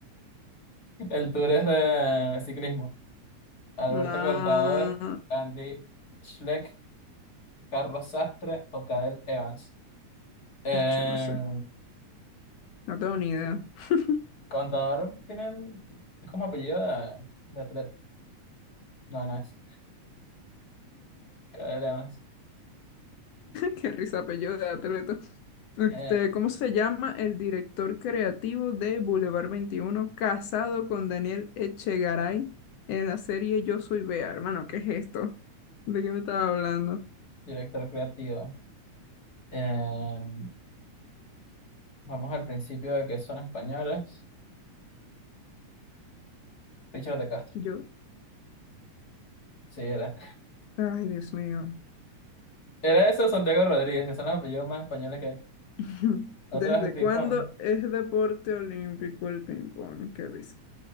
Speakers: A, on the left; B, on the left.
A: El tour es de ciclismo. Alberto
B: Ah,
A: Contador, Andy Schleck, Carlos Sastre o Cadel Evans. Eh,
B: bicho, no sé. No tengo ni idea. <laughs>
A: Contador tiene el- es como apellido de, de atleta. No, no es. Cadel Evans.
B: Qué risa apellido de atleta. Este,
A: Eh,
B: ¿cómo se llama el director creativo de Boulevard veintiuno, casado con Daniel Echegaray en la serie Yo Soy Bea? Hermano, ¿qué es esto? ¿De qué me estaba hablando?
A: director creativo. Eh, vamos al principio de que son españoles. Richard de Castro.
B: Yo.
A: Sí, era.
B: Ay, Dios mío.
A: Era eso, Santiago Rodríguez, que son los apellidos más españoles que hay.
B: <laughs>
A: Otra
B: ¿Desde
A: vez el ping-pong.
B: cuándo es deporte olímpico el ping-pong? Qué risa.